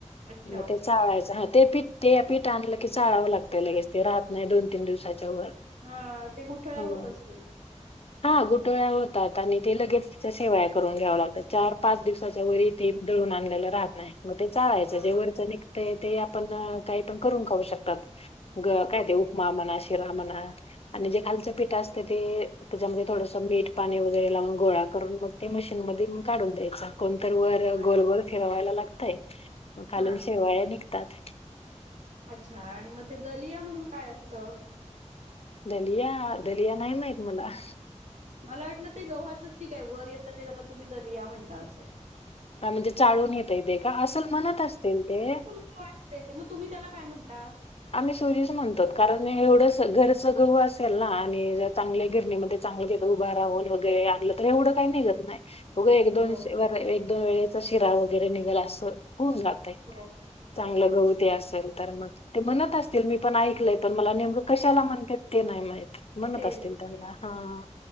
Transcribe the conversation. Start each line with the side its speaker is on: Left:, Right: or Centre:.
Right: अच्छा
Left: मग
Right: ओके
Left: ते चाळायच हा ते पीठ ते पीठ आणल की चाळाव लागतय लगेच ते राहत नाही दोन- तीन दिवसाच्या वर
Right: हा ते गुठळ्या
Left: हो
Right: होत असतील
Left: हा गुठळ्या होतात आणि ते लगेच त्याच्या शेवया करून घ्याव लागत चार-पाच दिवसाच्या वर ते दळून आणलेल राहत नाही मग ते चाळायच
Right: हां
Left: जे वर ते ते आपण काही पण करून खाऊ शकतात काय
Right: ओके
Left: ते उपमा म्हना शिरा शिरा म्हणा आणि जे खालच पीठ असत ते त्यांच्यामध्ये थोडसं मीठ पाणी वगैरें लावूंन गोळां करूंन मंग ते मशीन मधूंन काढूंन द्यायचां. कोणंतरं वरं
Right: अच्छा.
Left: गोलं-गोलं फिरवांयला लागतंय. मंग खालूंन
Right: हां
Left: शेवाळयां निघतांत.
Right: अच्छा आणि मंग ते दलिया म्हणूंन कायं असतं?
Left: दलियां.... दलियां नाहीं माहित मलां.
Right: मलां वाटलं ते गव्हाचंच की कायं वरं येतं ते त्यांला तुम्हीं दलिया म्हणतां ते असं
Left: म्हणजे चाळूंन येतंय ते कां असलं म्हणतं असतील ते
Right: मंग तुम्हीं त्यांला कायं म्हणतांत?
Left: आम्हीं सुजीच म्हणतो कारणं एवढं घरचं गहूं असेल नां आणि चांगल्या गिरणीमध्यें चांगलं तिथं उभं राहूंन वगैरें आणलं तरं एवढं कांहीं निघतं नाहीं. उघं एक-दोन
Right: हो
Left: एक-दोन वेळेचा शिरा वगैरें निघलं असं होऊंन जातो.
Right: हो
Left: चांगलं
Right: ओके ओके.
Left: गहूं ते असेल तरं मंग ते म्हणतं असतील मी पणं ऐकलंय पणं मलां नेमकं कशांला म्हणत्यांत ते नाहीं माहित म्हणतं
Right: ते
Left: असतील
Right: नाही
Left: त्यांना
Right: माहीत
Left: हां